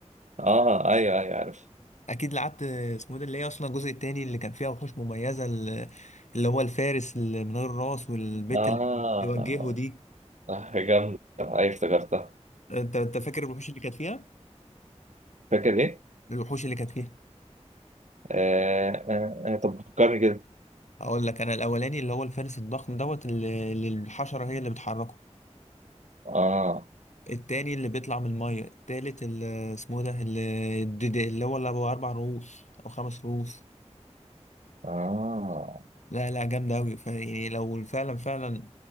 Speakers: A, on the right (about 85°); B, on the left (about 80°).
A: اه ايوه ايوه عارف
B: اكيد لعبت اسمه ده اللي هي اصلا الجزء الثاني اللي كان فيها وحوش مميزه ال- اللي هو الفارس اللي من غير راس والبيت
A: اه
B: اللي بيوجهه دي
A: آه، جامدة ايوه افتكرتها
B: انت انت فاكر الوحوش اللي كانت فيها
A: فاكر ايه؟
B: الوحوش اللي كانت فيها
A: آه آه آه، طب فكرني كده
B: اقول لك انا الاولاني اللي هو الفارس الضخم دوت اللي اللي الحشره هي اللي بتحركه
A: اه
B: التاني اللي بيطلع من المية التالت اللي اسمه ده اللي الديدي- اللي هو اللي أبو أربع رؤوس أو خمس رؤوس
A: اه
B: لا لا جامدة أوي فيعني لو فعلا فعلا